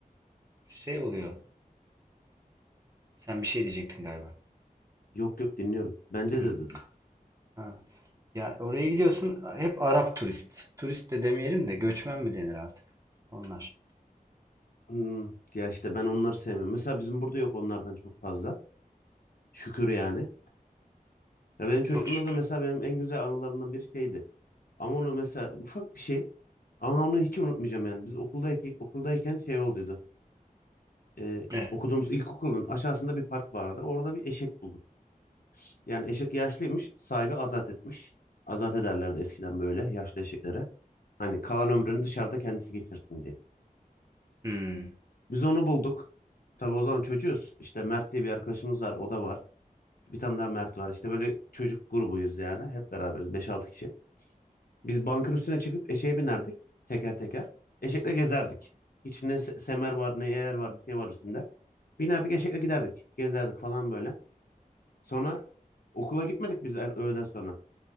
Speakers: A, on the right; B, on the left.
A: şey oluyor. Sen bir şey diyecektin galiba.
B: yok yok dinliyorum. Bence
A: Hı,
B: de dedim.
A: Ha. Ya oraya gidiyorsun hep Arap turist. Turist de demeyelim de göçmen mi denir artık? Onlar.
B: Hmm, ya işte ben onları sevmiyorum. Mesela bizim burada yok onlardan çok fazla. Şükür yani. Ya benim çocukluğumda
A: Çok şükür.
B: da mesela benim en güzel anılarımdan bir şeydi. Ama onu mesela ufak bir şey. Ama onu hiç unutmayacağım yani. Biz okuldayken, okuldayken şey olduydu. Ee,
A: Evet.
B: okuduğumuz ilkokulun aşağısında bir park vardı. Orada bir eşek bulduk. Yani eşek yaşlıymış, sahibi azat etmiş. Azat ederlerdi eskiden böyle yaşlı eşeklere. Hani kalan ömrünü dışarıda kendisi geçirsin diye.
A: Hmm.
B: Biz onu bulduk. Tabii o zaman çocuğuz. İşte Mert diye bir arkadaşımız var, o da var. Bir tane daha Mert var. İşte böyle çocuk grubuyuz yani. Hep beraberiz beş altı kişi. Biz bankın üstüne çıkıp eşeğe binerdik teker teker. Eşekle gezerdik. Hiç ne se- semer var, ne eğer var, bir şey var üstünde. Binerdik eşekle giderdik. Gezerdik falan böyle. Sonra okula gitmedik biz er- öğleden sonra.